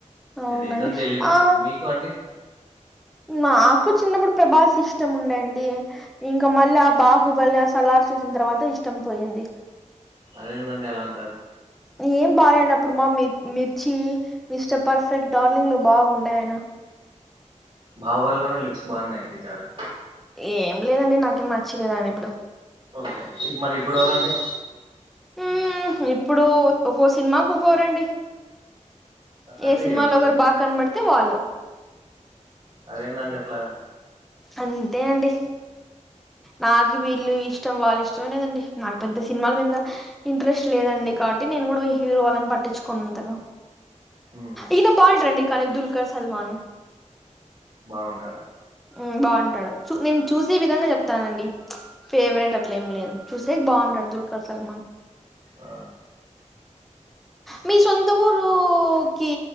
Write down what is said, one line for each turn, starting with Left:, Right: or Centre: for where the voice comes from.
Centre: అవునండి
Right: రీజన్ తెలియదు
Centre: ఆ
Right: మీకు అండి
Centre: నాకు చిన్నప్పుడు ప్రభాస్ ఇష్టం ఉండండి ఇంకా మళ్ళీ ఆ బా హుబ్బల్ల సలార్ చూసిన తర్వాత ఇష్టం పోయింది
Right: అదేనండి అలా అంటారు
Centre: ఏం బాగాలేనప్పుడు మా మి మిర్చి మిస్టర్ ఫర్ఫెక్ట్ డార్లింగ్ లో బాగుండే ఆయన
Right: భావాల్లోనే లుక్స్ బాగున్నాయండి చాలా
Centre: ఏం లేదండి నాకేం నచ్చలేదండి ఇప్పుడు
Right: ఓకే మరి ఇప్పుడు ఎవరండీ
Centre: ఉ హు ఇప్పుడు ఒక సినిమాకు ఒక్కోరండి
Right: అంటే
Centre: ఏ సినిమాలో
Right: ఎవరు
Centre: ఒకరు బాగా కనపడితే వాళ్ళు
Right: అదేందండి అట్లా
Centre: అంతే అండి నాకు వీళ్ళు ఇష్టం వాళ్ళు ఇష్టమే లేదండి నాకు పెద్ద సినిమాల మింద ఇంట్రెస్ట్ లేదండి కాబట్టి నేను కూడా హీరో వాళ్ళని పట్టించుకోను అంతగా
Right: ఉమ్
Centre: ఈయన బాగుంటాడండి కానీ దుర్గా సల్మాన్
Right: బాగుంటాడా
Centre: ఉ బాగుంటాడు చూ నేను చూసే విధంగా చెప్తానండి ఫేవరెట్ అట్ల ఏం లేదు చూసే బాగుంటాడు దుర్గా సల్మాన్
Right: ఆ
Centre: మీ సొంత ఊరు కి